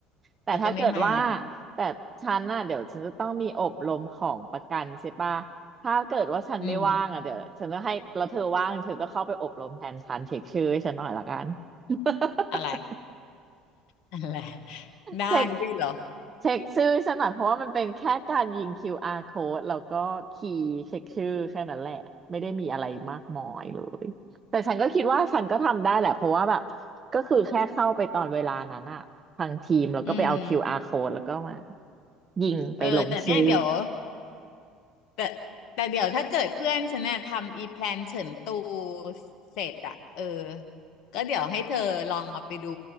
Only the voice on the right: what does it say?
แต่ถ้าเกิดว่า
แต่ฉันน่ะเดี๋ยวฉันจะต้องมีอบรมของประกันใช่ปะถ้าเกิดว่าฉันไม่ว่างอ่ะเดี๋ยวฉันจะให้แล้วเธอว่างเธอก็เข้าไปอบรมแทนฉันเช็คชื่อให้ฉันหน่อยละกัน
<laughs>
เช็คเช็คชื่อฉันหน่อยเพราะว่ามันเป็นแค่การยิง QR code แล้วก็คีย์เช็คชื่อแค่นั้นแหละไม่ได้มีอะไรมากมายเลยแต่ฉันก็คิดว่าฉันก็ทำได้แหละเพราะว่าแบบก็คือแค่เข้าไปตอนเวลานั้นอะทางทีมแล้วก็ไปเอา
QR code แล้วก็มายิงไปลงชื่อ